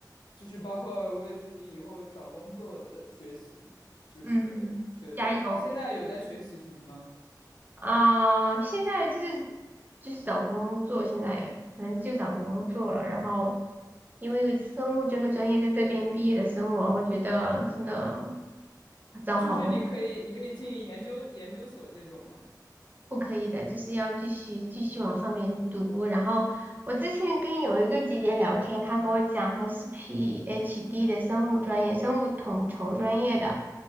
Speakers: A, on the left; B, on the right.
A: 就是包括为自己以后找工作的学习，就是对对。
B: 嗯，加油
A: 你现在有在学习什么吗？
B: 啊！现在就是就是找工作，现在可能就找工作了。然后因为生物这个专业在这边毕业的生物啊，我觉得真的找好工作
A: 就是你可以你可以进研究研究所这种吗？
B: 不可以的，就是要继续继续往上面读。然后我之前跟有一个姐姐聊天，她跟我讲她是 PhD 的生物专业，生物统筹专业的。